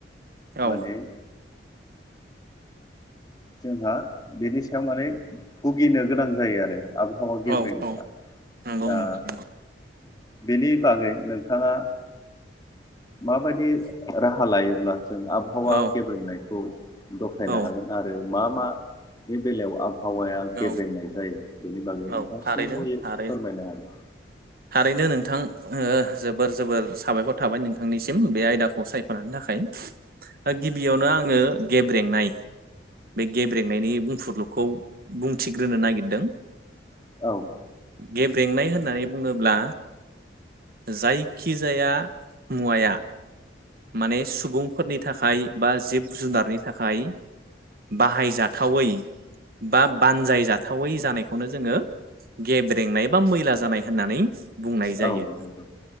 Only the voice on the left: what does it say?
माने जोंहा बिनि सायाव माने भुगिनो गोनां जायो आरो। आबहावा गेब्रेंगोना
दा
बिनि बागै नोंथाङा माबायदि राहा लायोब्ला जों आबहावा
गेब्रेनायखौ दबथायनो
हागोन? आरो मा मानि बेलायाव आबहावाया गेब्रेंनाय
जायो। बेनि बागै
नोंथांसिबो
फोरमायनो हागोन।
औ
औ
नंगौ